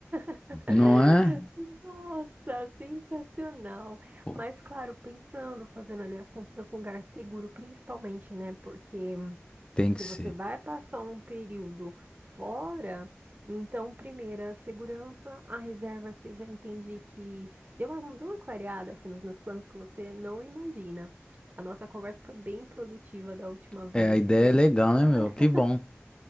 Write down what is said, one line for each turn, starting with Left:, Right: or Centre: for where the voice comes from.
Right: <laughs>
Left: Não é?
Right: Nossa, sensacional.
Left: Pô,
Right: Mas claro, pensando, fazendo ali as compras num lugar seguro, principalmente, né? Porque
Left: tem que
Right: se
Left: ser.
Right: você vai passar um período fora, então, primeiro, a segurança, a reserva que eu já entendi que deu uma, deu uma clareada, Fê, nos meus planos que você não imagina. A nossa conversa foi bem produtiva da última vez
Left: É, a ideia
Right: e eu
Left: é legal,
Right: estou
Left: né, meu?
Right: <laughs>
Left: Que bom.